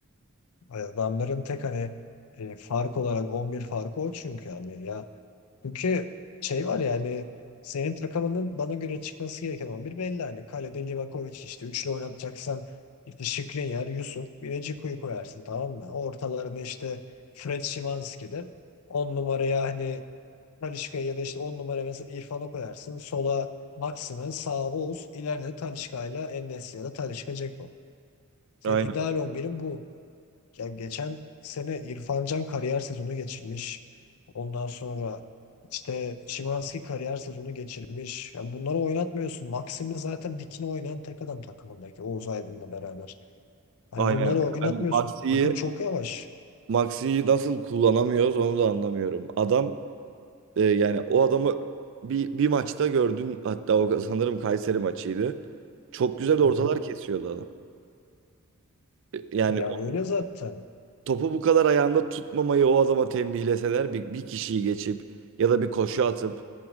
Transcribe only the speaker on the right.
Aynen,
aynen.
Yani Maxi'yi
Maxi'yi nasıl kullanamıyoruz onu da anlamıyorum. Adam e, yani o adamı bir, bir maçta gördün hatta o sanırım Kayseri maçıydı. Çok güzel ortalar
kesiyordu adam. E, Yani
o
topu bu kadar ayağında tutmamayı o adama tembihleseler bir, bir kişiyi geçip ya da bir koşu atıp